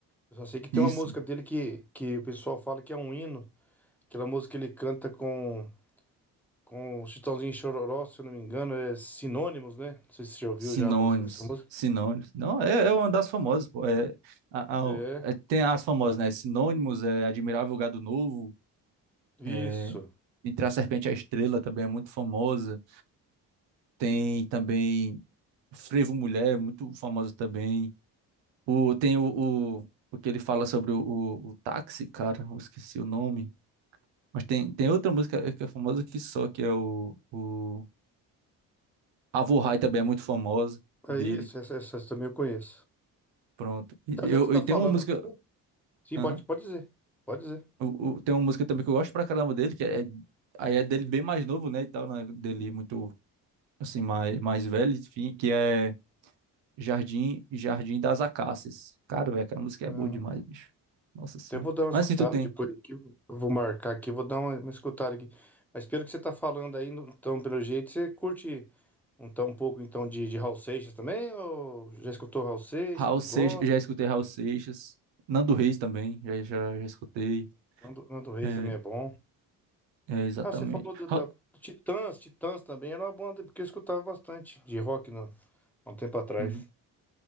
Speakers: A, in the centre; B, on the right.
A: Eu só sei que tem
B: Isso.
A: uma música dele que, que o pessoal fala que é um hino. Aquela música que ele canta com. Com o Chitãozinho e Chororó, se eu não me engano, é Sinônimos, né? Não sei se você já ouviu
B: Sinônimos,
A: já a música, essa música.
B: sinônimos. Não, é, é uma das famosas, pô. É, a-
A: É,
B: a- é, tem as famosas, né? Sinônimos, é Admirável Gado Novo,
A: isso.
B: é, Entre a Serpente e a Estrela também é muito famosa. Tem também Frevo Mulher, muito famosa também. O, tem o, o, o que ele fala sobre o, o, o táxi, cara, eu esqueci o nome. Mas tem, tem outra música que é famosa que só, que é o, o... Avo High também é muito famosa
A: É
B: dele.
A: isso, essa, essa, essa também eu conheço.
B: Pronto. E,
A: Então,
B: eu,
A: já que você está
B: e
A: falando
B: tem uma música.
A: assim, sim,
B: Aham.
A: pode, pode dizer. Pode dizer.
B: O- o- tem uma música também que eu gosto pra caramba dele, que é. Aí é dele bem mais novo, né? E tal, né? Dele muito, assim, mais, mais velho, enfim, que é Jardim, Jardim das Acácias. Cara, velho, aquela música
A: Ah,
B: é boa demais, bicho. Nossa Senhora.
A: até vou dar uma
B: Mas
A: escutada
B: assim, tu tem
A: depois aqui. Eu vou marcar aqui, vou dar uma, uma escutada aqui. Mas pelo que você está falando aí, no- então, pelo jeito, você curte um, tão, um pouco então de, de Raul Seixas também? Ou já escutou Raul Seixas?
B: Raul Seixas,
A: Gosta?
B: já escutei Raul Seixas. Nando Reis também, já, já, já escutei.
A: Nando, Nando Reis
B: É,
A: também é bom.
B: é, exatamente.
A: Ah, você falou do- da,
B: Raul-
A: do Titãs, Titãs também era uma banda, porque eu escutava bastante de rock no, há um tempo atrás.
B: Uhum.